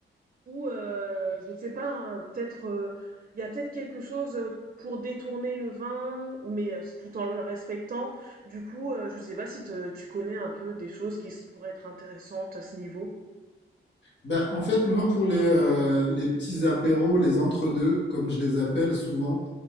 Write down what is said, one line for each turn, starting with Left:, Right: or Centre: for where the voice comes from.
Right: ou heu, je sais pas, hein, peut-être, heu, il y a peut-être quelque chose, heu, pour détourner le vin, mais heu, tout en le respectant. Du coup, heu, je sais pas si te tu connais un peu des choses qui s pourraient être intéressantes à ce niveau?
Left: Ben, en fait, moi, pour les, euh, les petits apéros, les entre-deux, comme je les appelle souvent,